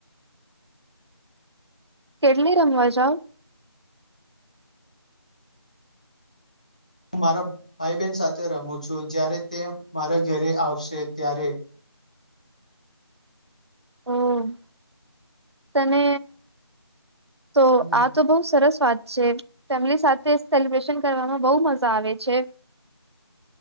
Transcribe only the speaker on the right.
કેટલી રમવા જાઓ
હમ તને તો
આ તો બઉુ સરસ સ્વા છે ફેમિલી સાથે સેલિબ્રેશન કરવામાં બહ મજા આવે છે